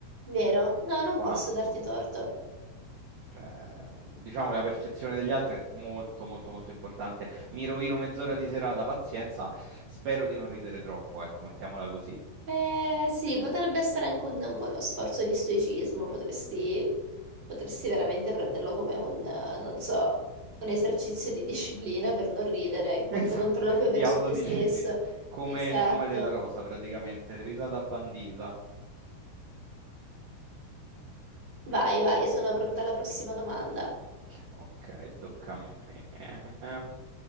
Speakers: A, on the right; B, on the right.
A: vero. No, non
B: Quanto?
A: posso darti torto.
B: Cioè, diciamo che la percezione degli altri è molto, molto, molto importante. Mi rovino mezz'ora di serata, pazienza, spero di non ridere troppo, ecco, mettiamola così.
A: Eh sì, potrebbe essere anche un, un buono sforzo di stoicismo, potresti, potresti veramente prenderlo come un, eh, non so, un esercizio di disciplina per non ridere, quanto
B: Esatto,
A: controllo puoi
B: di
A: avere su
B: autodisciplina,
A: te stesso.
B: come
A: Esatto.
B: il nome della rosa praticamente, risata bandita.
A: Vai, vai, sono pronta alla prossima domanda.
B: Ok, tocca a me. Ehm,